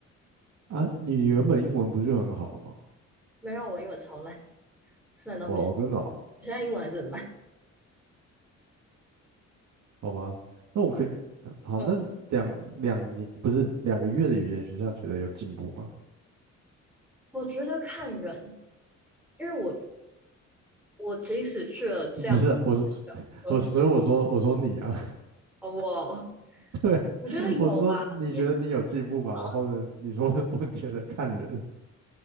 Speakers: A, on the right; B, in the centre.
A: 啊，你原本英文不是很好了吗？
B: 没有，我英文超烂，烂到不行，
A: 哦，真的哦
B: 我现在英文还是很烂。
A: 好吧，那我可以，呃好，
B: 嗯，
A: 那两两年不是两个月的语言学校，觉得有进步吗？
B: 我觉得看人，因为我我即使去了这样，
A: <laughs> 不是啊我是 <laughs>
B: 嗯，
A: 我是，所以我说我说你啊，
B: 好不好
A: <laughs> 对啊，
B: 我觉得有啦，
A: 我是说你觉得你有进步吗？
B: 也好。
A: 然后呢，你说 <laughs> 我觉得看人